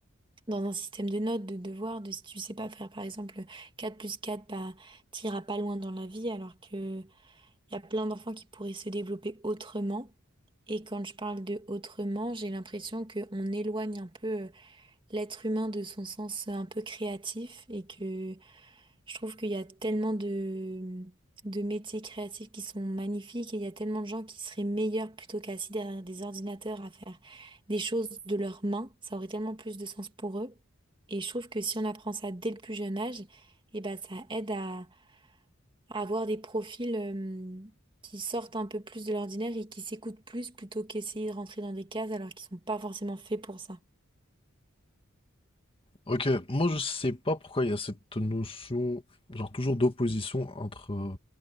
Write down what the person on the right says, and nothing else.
dans un système de notes, de devoirs, de si tu sais pas faire par exemple 4 plus quatre bah, t'iras pas loin dans la vie, alors que il y a plein d'enfants qui pourraient se développer autrement. Et quand je parle de autrement, j'ai l'impression qu'on éloigne un peu euh, l'être humain de son sens un peu créatif et que je trouve qu'il y a tellement de, de métiers créatifs qui sont magnifiques et il y a tellement de gens qui seraient meilleurs plutôt qu'assis derrière des ordinateurs à faire des choses de leurs mains. Ça aurait tellement plus de sens pour eux. Et je trouve que si on apprend ça dès le plus jeune âge, eh ben, ça aide à, à avoir des profils, euh, qui sortent un peu plus de l'ordinaire et qui s'écoutent plus plutôt qu'essayer de rentrer dans des cases alors qu'ils sont pas forcément faits pour ça.